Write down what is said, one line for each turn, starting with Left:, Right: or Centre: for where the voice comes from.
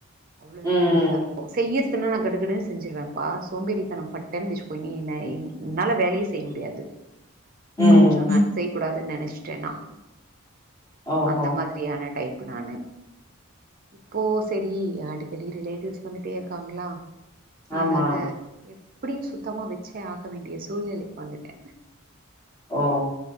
Right: அவ்ளோ அளவுக்கு
Left: ம்
Right: நீட்டா இருக்கு செய்யற்துனா நா கடகடனு செஞ்சுருவப்பா சோம்பேறித்தனம் பட்டன்னு வச்சுக்கோய என்ன என் என்னால வேலயே செய்ய முடியாது
Left: ம்
Right: கொஞ்ச நட் செய்க்கூடாதுன்னு நெனச்டே நா
Left: ஓஹோ
Right: அந்த மாதிரியான டைப் நானு இப்போ சரி அடிக்கடி ரிலேட்டிவ்ஸ் வந்துட்டே இருக்காங்ளா அதனால
Left: ஆமா
Right: எப்டியு சுத்தமா வெச்சே ஆக வேண்டிய சூழ்நிலைக்கு வந்துட்ட
Left: ஓ